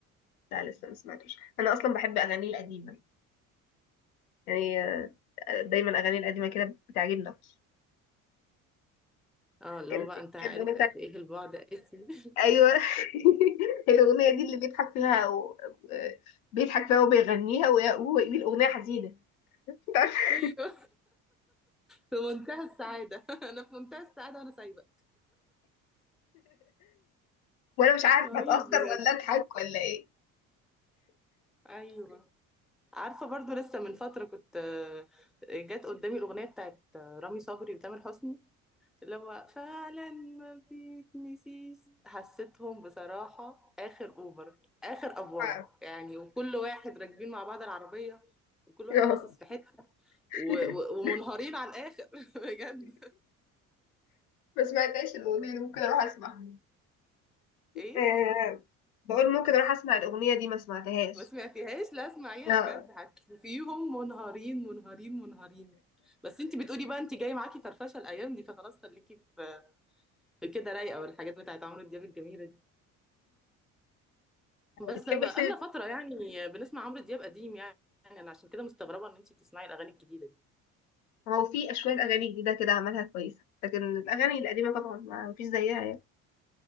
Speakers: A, on the left; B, in the centre.
A: لا لسه ما سمعتوش انا اصلا بحب اغانيه القديمه يعني آه، دايما اغاني القديمه كده بتعجبني اكتر
B: اه اللي
A: كان
B: هو بقى انت عارف
A: كان الاغنيه بتاعت
B: قد ايه البعد قاسي <laughs>
A: ايوه <laughs> الاغنيه دي اللي بيضحك فيها و... آه، بيضحك فيها وبيغنيها وهي- وهو يقول اغنيه حزينه مش عارفة-
B: ايوه في منتهى السعادة <laughs> انا في منتهى السعادة وانا سايبة
A: وانا مش عارفه
B: رهيب
A: اتاثر
B: بجد
A: ولا اضحك ولا ايه
B: ايوه عارفة برضو لسه من فترة كنت آه، جت قدامي الأغنية بتاعت آه، رامي صبري وتامر حسني اللي هو فعلا ما بيتنسيش حسيتهم بصراحة آخر أوفر آخر
A: مش
B: أفورة
A: عارفة.
B: يعني وكل واحد راكبين مع بعض العربية وكل واحد
A: آه.
B: باصص في حتة
A: <laughs>
B: و- و- ومنهارين على الآخر <laughs> بجد
A: ما سمعتهاش الاغنيه دي ممكن اروح اسمعها
B: إيه
A: آه، بقول ممكن اروح اسمع الاغنيه دي ما سمعتهاش
B: ما سمعتيهاش لا اسمعيها
A: آه.
B: بجد هتشوفيهم منهارين منهارين منهارين بس انت بتقولي بقى انت جاي معاكي فرفشه الايام دي فخلاص خليكي في في كده رايقه والحاجات بتاعت عمرو دياب الجميله دي بس
A: بتحب
B: بقى
A: حسين
B: لنا فتره يعني بنسمع عمرو دياب قديم يعني انا عشان كده مستغربه ان انت بتسمعي الاغاني الجديده دي
A: هو في شوية أغاني جديدة كده عملها كويسة لكن الأغاني القديمة طبعا ما مفيش زيها يعني